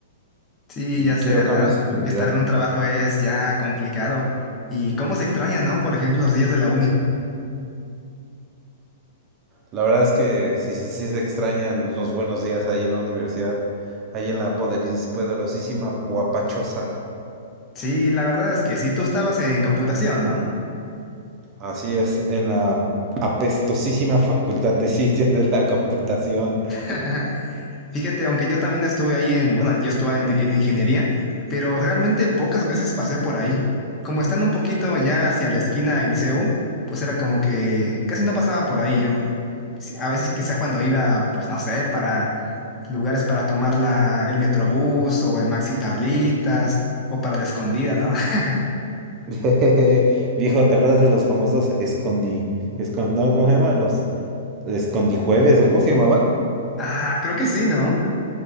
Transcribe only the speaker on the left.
Sí,
ya
sé, ¿verdad?
Estar en un trabajo es ya complicado. ¿Y cómo se extraña, no? Por ejemplo, los días de la uni.
Sí, la verdad es que sí, tú estabas en computación, ¿no?
<laughs> Fíjate, aunque yo también estuve ahí en, bueno, yo estuve en, en ingeniería, pero realmente pocas veces pasé por ahí. Como estando un poquito ya hacia la esquina en CU, pues era como que casi no pasaba por ahí yo. Sí, A veces quizá cuando iba, pues no sé, para lugares para tomar la, el Metrobús o el Maxi Tablitas o para la escondida, ¿no? <laughs>
Ah, creo que sí, ¿no?